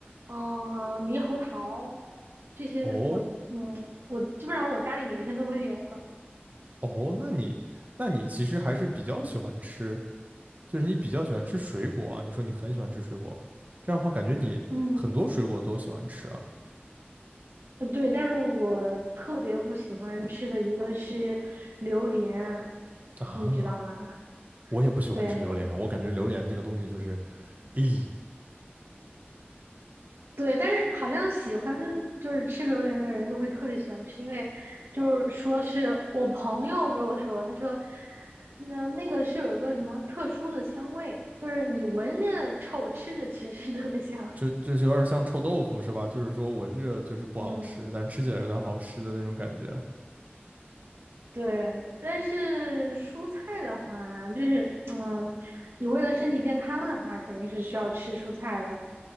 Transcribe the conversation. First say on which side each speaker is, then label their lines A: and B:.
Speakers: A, on the right; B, on the right.
A: 嗯、猕猴桃，这些我，
B: 哦
A: 嗯，我基本上我家里每天都会有的。
B: 哦，那你那你其实还是比较喜欢吃，就是你比较喜欢吃水果啊？你说你很喜欢吃水果，这样的话感觉你很多水果都喜欢吃啊
A: 嗯，呃对，但是我特别不喜欢吃的一个是榴莲，
B: 啊。
A: 你知道吗？
B: 我也不喜欢吃榴莲，
A: 对，
B: 我感觉榴莲这个东西就是咦，
A: 对，但是好像喜欢就是吃榴莲的人就会特别喜欢吃，因为就是说是我朋友给我说，他说那那个是有一个什么特殊的香味，就是你闻着臭，吃着其实 <laughs> 特别香。
B: 就就是有点像臭豆腐是吧？就是说闻着就是不好吃，
A: 嗯，
B: 但是吃起来有点好吃的那种感觉。
A: 对。但是蔬菜的话，就是嗯，你为了身体健康的话，肯定是需要吃蔬菜的。